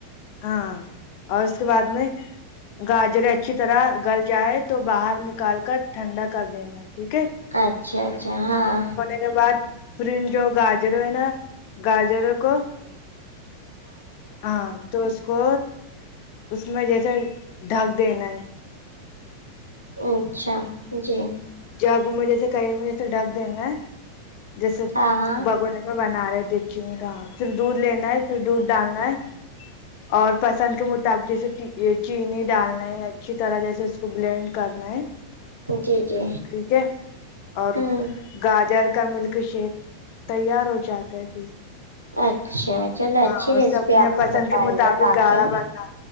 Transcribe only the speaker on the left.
ہاں اور اس کے بعد میں گاجر اچھی طرح گل جائے تو باہر نکال کر ٹھنڈا کر دینگے ٹھیک ہے
اس کے بعد پھر جو گاجروں ہے نا گاجروں کو ہاں تو اس کو اس میں جیسے ڈھک دینا ہے
جگوں میں جیسے کہئی ہم ویسے ڈھک دینا ہے جیسے
بگونے میں میں بنا رہے دیخچی تو پھر دودھ لینا ہے پھر دودھ ڈالنا ہے اور پسند کے مطابق جیسے چی چینی ڈالنا ہے اچھی طرح جیسے اس کو بلینڈ کرنا ہے
ٹھیک ہے اور
گاجر کا ملک شیک تیار ہو جاتا ہے پھر
ہاں
اسے اپنے
پسند
کے مطابق
گاڑھا بننا